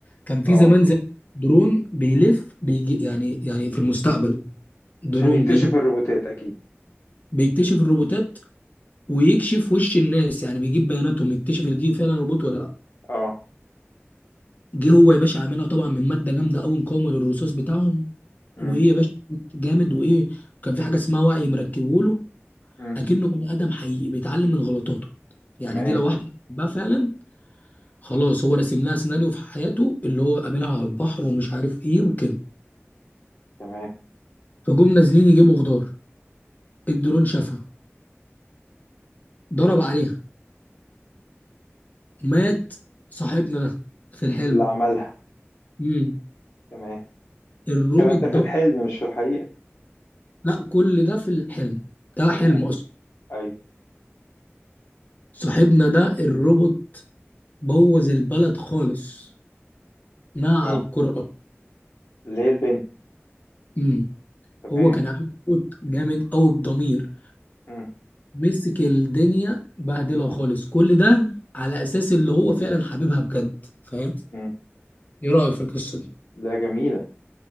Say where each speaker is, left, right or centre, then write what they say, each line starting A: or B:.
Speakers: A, on the left; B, on the left.
A: كان في
B: اه
A: زمان زي درون بيلف بيجي يعني يعني في المستقبل درون
B: عشان يكتشف
A: بي
B: الروبوتات اكيد
A: بيكتشف الروبوتات ويكشف وش الناس يعني بيجيب بياناتهم يكتشف ان دي فعلا روبوت ولا لا
B: اه
A: جه هو يا باشا عاملها طبعا من ماده جامده قوي مقاومه للرصاص بتاعهم
B: امم
A: وايه يا باشا جامد وايه وكان في حاجه اسمها وعي مركبه له
B: امم
A: اكنه بني ادم حقيقي بيتعلم من غلطاته يعني
B: تمام
A: دي لو واحده بقى فعلا خلاص هو راسم لها سيناريو في حياته اللي هو قابلها على البحر ومش عارف ايه وكده
B: تمام
A: فجم نازلين يجيبوا خضار الدرون شافها ضرب عليها مات صاحبنا ده في الحلم
B: اللي عملها
A: امم
B: تمام
A: الروبوت
B: الكلام
A: ده
B: ده في الحلم مش في الحقيقة
A: لا كل ده في الحلم ده
B: تمام
A: حلم اصلا
B: ايوه
A: صاحبنا ده الروبوت بوظ البلد خالص نهى
B: اه
A: على الكره الارضيه
B: اللي هي البنت
A: امم
B: تمام
A: هو كان عامل روبوت جامد قوي بضمير
B: امم
A: مسك الدنيا بهدلها خالص كل ده على اساس اللي هو فعلا حبيبها بجد فاهم
B: امم
A: ايه رايك في القصه دي
B: لا جميلة